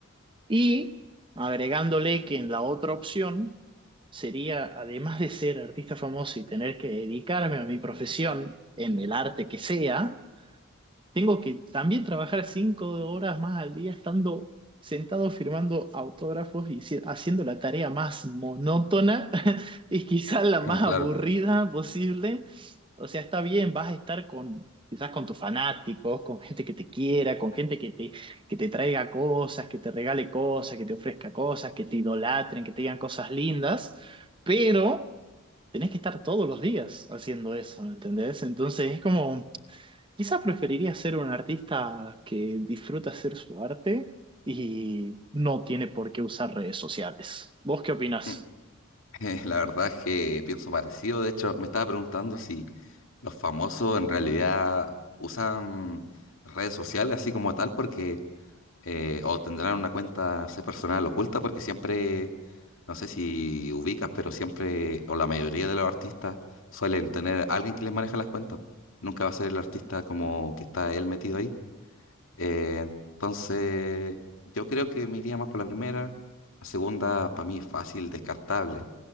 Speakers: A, on the right (about 25°); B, on the left (about 70°).
A: Y agregándole que en la otra opción sería, además de ser artista famoso y tener que dedicarme a mi profesión en el arte que sea, tengo que también trabajar cinco horas más al día estando sentado firmando autógrafos y si- haciendo la tarea más monótona <laughs> y quizás la
B: <laughs>
A: más
B: Claro.
A: aburrida posible. O sea, está bien, vas a estar con quizás con tus fanáticos, con gente que te quiera, con gente que te, que te traiga cosas, que te regale cosas, que te ofrezca cosas, que te idolatren, que te digan cosas lindas, pero tenés que estar todos los días haciendo eso, ¿me entendés? Entonces es como... Quizás preferiría ser un artista que disfruta hacer su arte y no tiene por qué usar redes sociales. ¿Vos qué opinás?
B: Mm. Eh, La verdad es que pienso parecido. De hecho, me estaba preguntando si los famosos en realidad usan redes sociales así como tal, porque eh, o tendrán una cuenta, no sé, personal oculta, porque siempre No sé si ubicas, pero siempre, o la mayoría de los artistas suelen tener alguien que les maneja las cuentas. Nunca va a ser el artista como que está él metido ahí. Eh, entonces, yo creo que me iría más por la primera. La segunda, para mí, es fácil, descartable,